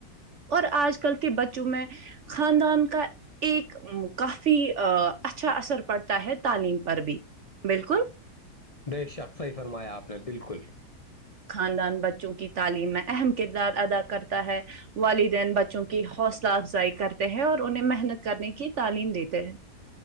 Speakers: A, on the right; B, on the left.
A: اور آج ک کے بچوں میں خاندان کا ایک کافی اچھا اثر پڑتا ہے تعلیم پر بھی بالکل
B: بے شک صحیح فرمایا آپ نے بالکل
A: خاندان بچوں کی تعلیم میں اہم کردار ادا کرتا ہے والدین بچوں کی حوصلہ افزائی کرتا ہیں اور انہیں محنت کرنے کی تعلیم دیتے ہیں